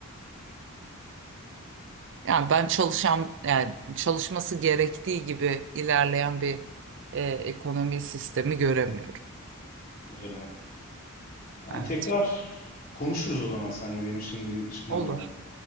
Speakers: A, on the right; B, on the left.
A: Yani ben çalışan yani çalışması gerektiği gibi ilerleyen bir e, ekonomi sistemi göremiyorum.
B: Öyle. Yani
A: Evet.
B: tekrar konuşuruz o zaman seninle. Benim şimdi bir çıkmam
A: Olur.
B: lazım.